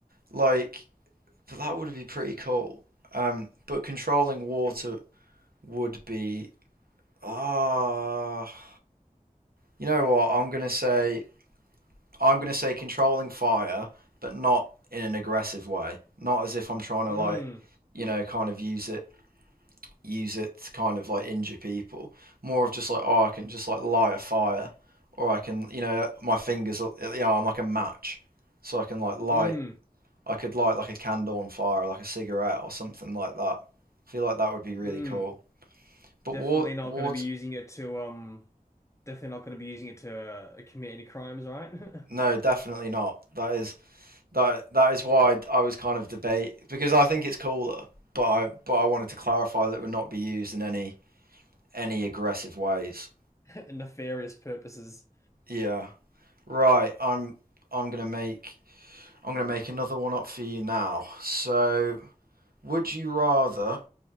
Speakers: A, on the right; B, on the left.
A: like but that would be pretty cool. Um, but controlling water
B: It,
A: would be ah. Uh, you know what? I'm gonna say I'm gonna say controlling fire, but not in an aggressive way. Not as if I'm trying to
B: mm,
A: like you know kind of use it use it to kind of like injure people. More of just like, oh, I can just like light a fire, or I can, you know, my fingers, you know, I'm like a match, so I can like light.
B: mm,
A: I could light like a candle on fire, or like a cigarette, or something like that. I feel like that would be really
B: mm.
A: cool. But
B: Definitely
A: war,
B: not
A: water,
B: gonna be using it to, um, definitely not gonna be using it to uh, commit any crimes, right?
A: no,
B: <laughs>
A: definitely not. That is that that is why I, I was kind of debate because I think it's cooler, but I but I wanted to clarify that it would not be used in any any aggressive ways.
B: and Nefarious purposes.
A: Yeah. Right, I'm I'm gonna make I'm going to make another one up for you now. So, would you rather